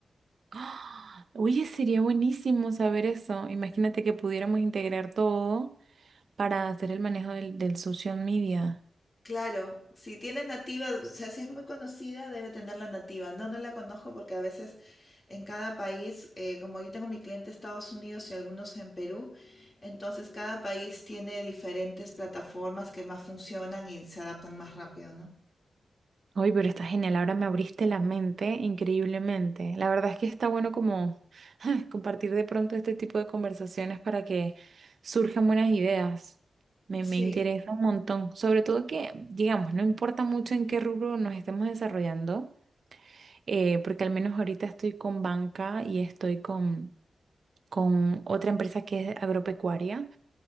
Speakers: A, on the right; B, on the left.
A: ¡Ah! Oye, sería buenísimo saber eso. Imagínate que pudiéramos integrar todo para hacer el manejo del, del social media.
B: Claro, si tiene nativa, o sea, si es muy conocida, debe tener la nativa. No, no la conozco porque a veces en cada país, eh, como yo tengo mi cliente en Estados Unidos y algunos en Perú, entonces cada país tiene diferentes plataformas que más funcionan y se adaptan más rápido, ¿no?
A: Oye, pero está genial, ahora me abriste la mente increíblemente. La verdad es que está bueno como <laughs> compartir de pronto este tipo de conversaciones para que surjan buenas ideas. Me,
B: Sí.
A: me interesa un montón, sobre todo que, digamos, no importa mucho en qué rubro nos estemos desarrollando, eh, porque al menos ahorita estoy con banca y estoy con, con otra empresa que es agropecuaria.